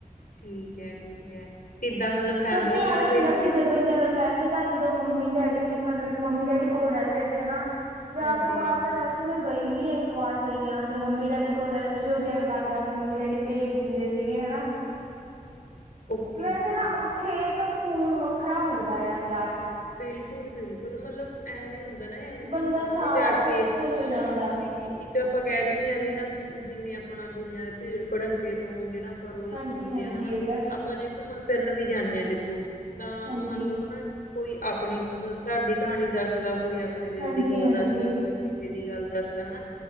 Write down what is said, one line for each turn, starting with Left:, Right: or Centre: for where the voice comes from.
Left: ਠੀਕ ਹੈ, ਠੀਕ ਹੈ। ਕਿੱਦਾਂ ਮਤਲਬ ਫੈਮਿਲੀ
Right: ਕਿਉਂਕਿ
Left: ਨਾਲ
Right: ਐਵੇਂ ਹੁੰਦਾ
Left: ਗਏ ਸੀਗੇ
Right: ਕਿ
Left: ਤੁਸੀਂ
Right: ਜਦੋਂ ਦਿਲ ਵੈਸੇ ਤਾਂ ਜਦੋਂ ਮੰਮੀ- ਡੈਡੀ ਮਤਲਬ ਕਿ ਮੰਮੀ- ਡੈਡੀ ਕੋਲ ਰਹਿੰਦੇ ਸੀ ਹਨਾ। ਵਿਆਹ
Left: ਹਾਂਜੀ
Right: ਤੋਂ ਬਾਅਦ ਤਾਂ ਵੈਸੇ ਮੈਂ ਗਈ ਨੀ ਇੱਕ ਵਾਰ ਗਈ ਹਾਂ, ਜਦੋਂ ਮੰਮੀ- ਡੈਡੀ ਕੋਲ ਰ ਜਦੋਂ ਦਿਲ ਕਰਦਾ ਸੀ ਮੰਮੀ- ਡੈਡੀ ਭੇਜ ਦਿੰਦੇ ਸੀਗੇ ਹਨਾ।
Left: ਓਕੇ
Right: ਵੈਸੇ
Left: ਓਕੇ
Right: ਨਾ ਉੱਥੇ ਇੱਕ ਸਕੂਨ ਵੱਖਰਾ, ਮਿਲਦਾ ਯਾਰ ਜਾ ਕੇ।
Left: ਬਿਲਕੁਲ -ਬਿਲਕੁਲ, ਮਤਲਬ ਐਵੇਂ ਹੁੰ ਦਾ ਨਾ ਐਵੇਂ ਦੀਆਂ
Right: ਬੰਦਾ
Left: ਥਾਵਾਂ
Right: ਸਾਰਾ
Left: ਤੇ ਜਾ ਕੇ
Right: ਕੁਛ ਭੁੱਲ
Left: ਸ਼ਾਨਤੀ
Right: ਜਾਂਦਾ
Left: ਇੱਕ ਤੇ ਆਪਾਂ ਕਹਿ ਦਿੰਦੇ ਹਾਂ ਵੀ ਹਨਾ, ਜਿਵੇਂ ਆਪਣਾ ਦੁਨੀਆਂ ਦੇ ਭੀੜ -ਭੜੱਕਕੇ ਤੋਂ ਜਿਹੜਾ ਆਪਾਂ ਰੋਜ਼
Right: ਹਾਂਜੀ
Left: ਸੁਣਦੇ
Right: ਹਾਂਜੀ
Left: ਹਾਂ, ਹਨਾ
Right: ਇਹ ਤਾਂ
Left: ਆਪਾਂ ਜੇ ਘੁੰਮਣ ਫਿਰਨ ਵੀ ਜਾਂਦੇ ਹਾਂ, ਦੇਖੋ ਤਾਂ
Right: ਹਾਂਜੀ
Left: ਮੰਨ ਲਓ ਹਨਾ ਕੋਈ ਆਪਣੀ ਘਰ ਦੀ ਕਹਾਣੀ ਦੱਸਦਾ, ਕੋਈ ਆਪਣੇ ਦਿਲ
Right: ਹਾਂਜੀ
Left: ਦੀ ਗੱਲ
Right: ਹਾਂਜੀ
Left: ਦੱਸਦਾ ਕੋਈ ਕਿਸੇ ਦੀ ਗੱਲ ਦੱਸਦਾ ਹਨਾ,